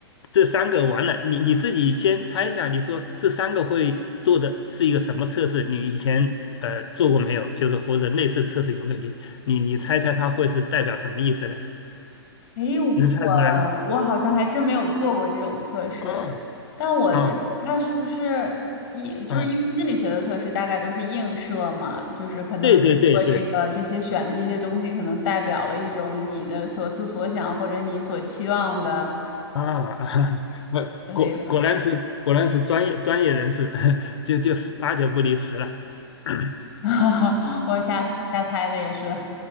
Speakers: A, on the left; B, on the left.
A: 这三个完了，你你自己先猜一下，你说这三个会做的是一个什么测试？你以前呃做过没有？就是或者类似测试有没有？你你你猜猜它会是代表什么意思呢？
B: 诶，我
A: 能猜出来吗？
B: 我好像还真没有做过这种测试，
A: 啊
B: 但我猜他是不是一就是因为心理学的测试大概都是映射嘛，
A: 啊啊！
B: 就是可能我这个这些选的这些东西可能代表了一种你的所思所想或者你所期望的
A: 对对对对啊，<laughs> 那果果然是果然是专业专业人士，
B: 之类的，
A: <laughs> 就就十八九不离十了。<clears throat>
B: <laughs> 我瞎瞎猜的也是，